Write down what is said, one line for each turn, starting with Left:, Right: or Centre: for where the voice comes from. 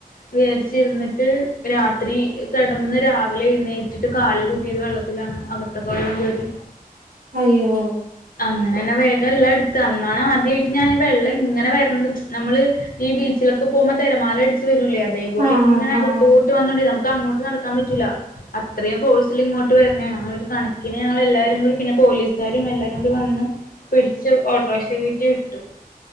Left: വിചാരിച്ചിരുന്നിട്ട് രാത്രി കിടന്ന് രാവിലെ എഴുന്നേറ്റിട്ട് കാല് കൂത്തിയത് വെള്ള ത്തിലാണ് അകത്തൊക്കെ വെള്ളം കയറി.
Right: അയ്യോ
Left: അങ്ങനെല്ലാം വേഗംല്ലാം എ ടുത്ത് അന്നാണ് ആദ്യായിട്ട് ഞാൻ വെള്ളം ഇങ്ങനെ വരണത് നമ്മള് ഈ ബീച്ചിലൊക്കെ പോകുമ്പോ തിരമാല അടച്ച് വരൂലേ? അതേപോലെങ്ങന
Right: ആഹ് ആഹ്
Left: അകത്തോട്ട്
Right: ആഹ്
Left: വന്നിണ്ട് നമുക്കങ്ങോട്ട് നടക്കാൻ പറ്റില്ല. അത്രയും ഫോഴ്സിൽ ഇങ്ങോട്ട് വരണാണ് അങ്ങനെ ഒരു കണക്കിന് ഞങ്ങളെല്ലാരും കൂടി പിന്നെ പോലീസുകാരും എല്ലാരും കൂടി വന്ന് പിടിച്ച് ഓട്ടോറിക്ഷ കേറ്റി വിട്ടു.